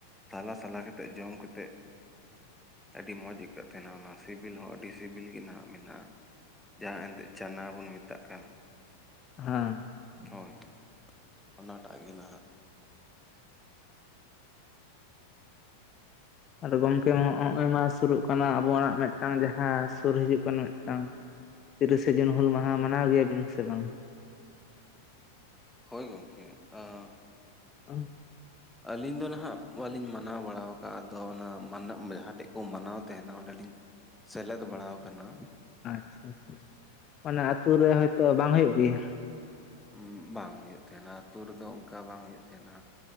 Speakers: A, in the centre; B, on the left (about 30°).
A: ᱥᱟᱞᱟ ᱥᱟᱞᱟ ᱠᱟᱛᱮᱫ ᱡᱚᱢᱠᱚᱛᱮ ᱟᱹᱰᱤ ᱢᱚᱸᱡᱽ ᱟᱹᱭᱠᱟᱹᱜ ᱛᱟᱦᱮᱸᱱᱟ ᱚᱱᱟ ᱾ ᱥᱤᱵᱤᱞ ᱦᱚᱸ ᱟᱹᱰᱤ ᱥᱤᱵᱤᱞ ᱜᱮ ᱱᱟᱦᱟᱜ ᱢᱮᱱᱟᱜᱼᱟ ᱡᱟᱦᱟᱸ ᱮᱱᱛᱮᱫ ᱪᱟᱱᱟ ᱵᱚᱱ ᱢᱮᱛᱟᱜ ᱠᱟᱱ ᱾
B: ᱦᱟᱸ
A: ᱦᱳᱭ ᱚᱱᱟᱴᱟᱜ ᱜᱮ ᱱᱟᱦᱟᱜ
B: ᱟᱫᱚ ᱜᱚᱢᱠᱮ ᱦᱚ-ᱚᱜ ᱢᱟ ᱥᱩᱨᱩᱜ ᱠᱟᱱᱟ ᱟᱵᱚᱣᱟᱜ ᱢᱤᱫᱴᱟᱝ ᱡᱟᱦᱟᱸ ᱥᱩᱨ ᱦᱤᱡᱩᱜ ᱠᱟᱱ ᱢᱤᱫᱴᱟᱝ ᱛᱤᱨᱤᱥᱮ ᱡᱩᱱ ᱦᱩᱞ ᱢᱟᱦᱟ ᱢᱟᱱᱟᱣ ᱜᱮᱭᱟᱵᱤᱱ ᱥᱮ ᱵᱟᱝ
A: ᱦᱳᱭ ᱜᱚᱢᱠᱮ ᱟᱺ
B: ᱟᱺ
A: ᱟᱹᱞᱤᱧ ᱫᱚ ᱱᱟᱦᱟᱜ ᱵᱟᱹᱞᱤᱧ ᱢᱟᱱᱟᱣ ᱵᱟᱲᱟᱟᱣ ᱠᱟᱜᱼᱟ ᱟᱫᱚ ᱚᱱᱟ ᱢᱟᱱᱟᱜ ᱡᱟᱦᱟᱸᱴᱷᱮᱡ ᱠᱚ ᱢᱟᱱᱟᱣ ᱛᱟᱦᱮᱸᱱᱟ ᱚᱸᱰᱮᱞᱤᱧ ᱥᱮᱞᱮᱫ ᱵᱟᱲᱟᱣ ᱠᱟᱱᱟ
B: ᱟᱪᱪᱷᱟ ᱟᱪᱪᱷᱟ ᱟᱪᱪᱷᱟ ᱚᱱᱟ ᱟᱹᱛᱩ ᱨᱮ ᱦᱳᱭᱛᱳ ᱵᱟᱝ ᱦᱩᱭᱩᱜ ᱜᱮᱭᱟ
A: ᱦᱩᱸ ᱵᱟᱝ ᱦᱩᱭᱩᱜ ᱛᱟᱦᱮᱸᱱᱟ ᱟᱹᱛᱩ ᱨᱮᱫᱚ ᱚᱱᱠᱟ ᱵᱟᱝ ᱦᱩᱭᱩᱜ ᱛᱟᱦᱮᱸᱱᱟ